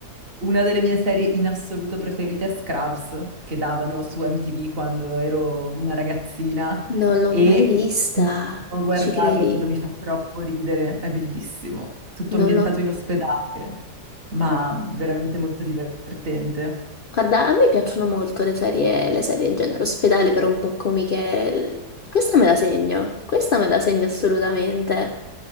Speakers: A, on the right; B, on the left.
A: una delle mie serie in assoluto preferite è Scrubs, che davano su MTV quando ero una ragazzina
B: non l'ho
A: e
B: mai vista,
A: a guardarlo,
B: ci credi?
A: quello mi fa troppo ridere, è bellissimo. Tutto ambientato
B: Non l'ho...
A: in ospedale, ma
B: eh,
A: veramente molto divertente.
B: Guarda, a me piacciono molto le serie, le serie genere ospedale, però un po' comiche. Questa me la segno, questa me la segno assolutamente.